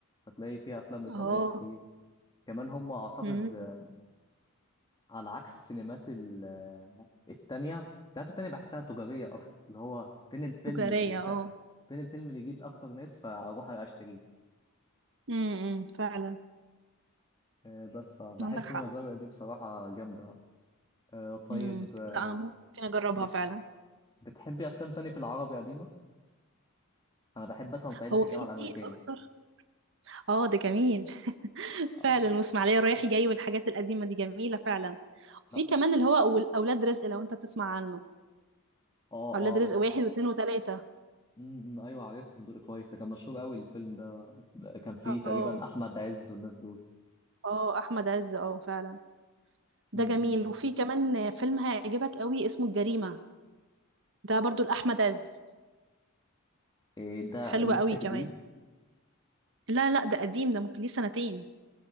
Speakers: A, on the left; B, on the right.
A: فتلاقي فيها أفلام إيطالية
B: اه
A: كتير كمان هم أعتقد
B: مم.
A: آه، على عكس السينمات ال- التانية السينمات التانية بحسها تجارية أكتر اللي هو فين الفيلم
B: تجاريه
A: اللي خ...
B: اه
A: فين الفيلم اللي يجيب أكتر ناس فأروح أشتريه
B: امم امم، فعلا
A: آه، بس فبحس
B: عندك حق
A: سينما الزاوية دي بصراحة جامدة آه، طيب
B: امم
A: آه،
B: لا ممكن اجربها
A: بت...
B: فعلا
A: بتحبي أفلام تاني في العربي قديمة؟ أنا بحب مثلا صعيدي
B: هو
A: في الجامعة
B: في
A: الأمريكية
B: اكتر اه ده جميل <laughs>
A: آه،
B: فعلا
A: ده-
B: واسماعيليه رايح جاي والحاجات القديمه دي جميله فعلا في
A: لا
B: كمان اللي هو أول- اولاد رزق لو انت تسمع عنه
A: اه
B: اولاد
A: اه
B: رزق
A: بس
B: واحد واثنين وثلاثه
A: امم ايوه عارفهم دول كويس ده كان مشهور قوي الفيلم ده ده كان فيه
B: اه
A: تقريبا احمد عز والناس دول
B: اه احمد عز اه فعلا
A: امم
B: ده جميل
A: امم.
B: وفي كمان فيلم هيعجبك قوي اسمه الجريمه ده برضو لاحمد عز
A: إيه ده
B: حلو
A: لسه
B: قوي
A: جديد
B: كمان لا لا ده قديم ده ممكن ليه سنتين